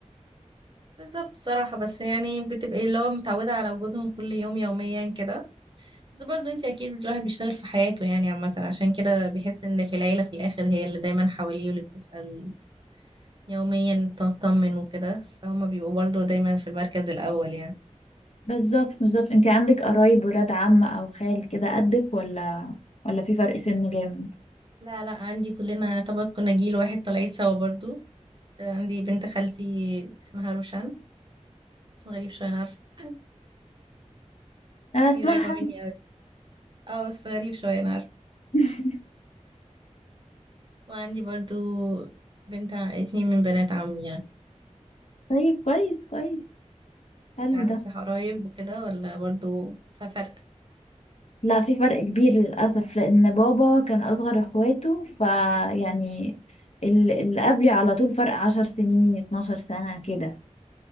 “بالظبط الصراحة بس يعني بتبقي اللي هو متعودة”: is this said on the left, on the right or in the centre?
Right